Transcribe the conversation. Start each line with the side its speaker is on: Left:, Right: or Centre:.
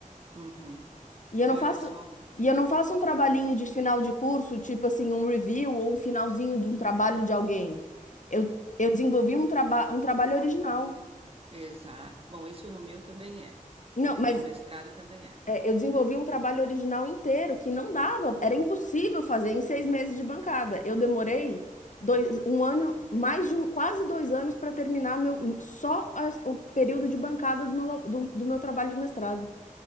Right: uhum.
Left: E eu
Right: Olha
Left: não faço,
Right: só que.
Left: e eu não faço um trabalhinho de final de curso, tipo assim, um review ou um finalzinho de um trabalho de alguém. Eu, eu desenvolvi um, traba, um trabalho original.
Right: Exato. Bom, isso no meu também é.
Left: Não,
Right: No
Left: mas
Right: meu mestrado também é.
Left: é, eu desenvolvi um trabalho original inteiro que não dava, era impossível fazer em seis meses de bancada. Eu demorei dois, um ano, mais de um, quase dois anos para terminar meu, só as- o período de bancada do meu, do do meu trabalho de mestrado.